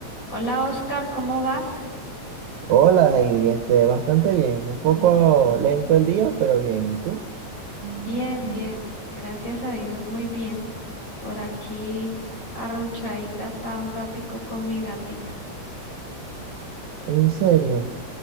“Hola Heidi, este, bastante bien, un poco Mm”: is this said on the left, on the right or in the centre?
Right